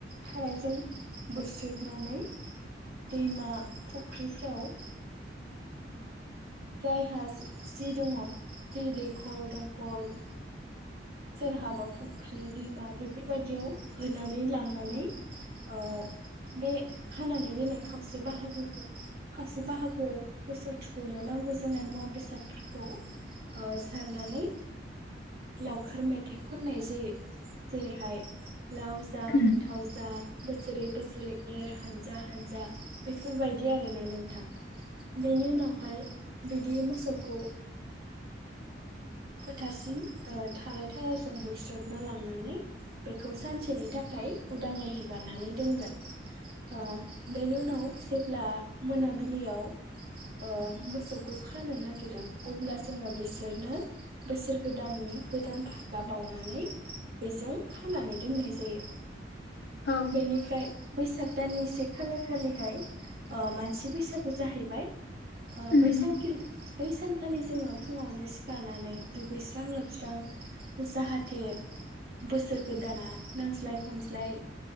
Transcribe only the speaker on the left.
उम
औ
उम